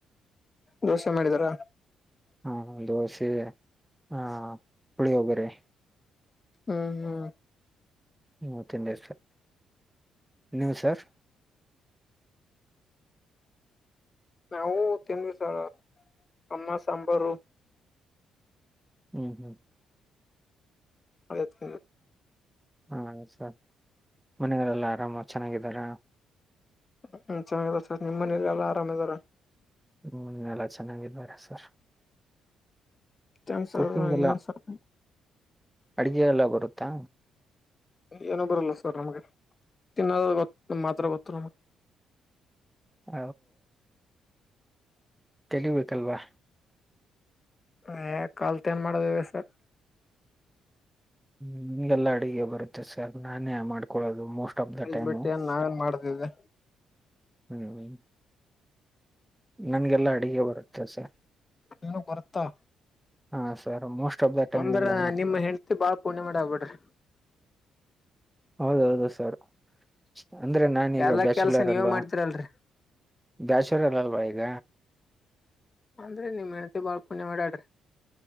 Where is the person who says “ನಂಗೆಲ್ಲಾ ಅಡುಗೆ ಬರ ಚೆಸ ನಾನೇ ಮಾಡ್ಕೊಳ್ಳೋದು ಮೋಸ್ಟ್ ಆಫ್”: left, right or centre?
Centre